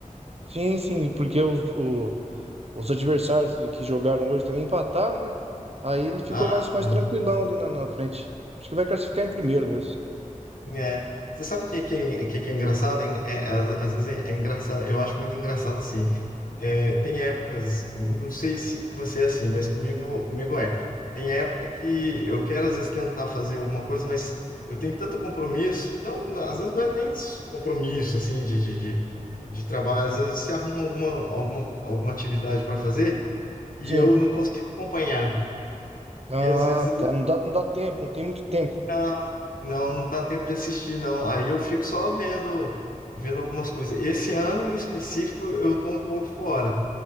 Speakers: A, on the right; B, on the left.
A: Sim, sim, porque os, o, Os adversários que que jogaram hoje também empataram, né? Aí ele ficou
B: Ah,
A: mais, mais
B: tá.
A: tranquilão ali na, na frente. Acho que vai classificar em primeiro mesmo.
B: é. Você sabe o que, que, é- que, que é engraçado? hein? É, às, às vezes é, é engraçado, eu acho muito engraçado assim. É, tem épocas, não sei se você é assim, mas comigo, comigo é. Tem época que eu quero às vezes tentar fazer alguma coisa, mas eu tenho tanto compromisso. Não, não, às vezes não é nem s- compromisso assim de, de, de, de trabalho. Às vezes você arruma alguma, alguma, alguma atividade para fazer e
A: Sim.
B: eu não consigo acompanhar.
A: Ah,
B: E às vezes
A: tá. Não dá, não dá tempo, não tem muito tempo.
B: Não, não não dá tempo de assistir, não. Aí eu fico só vendo, vendo algumas coisas. Esse ano em específico eu tô um pouco fora,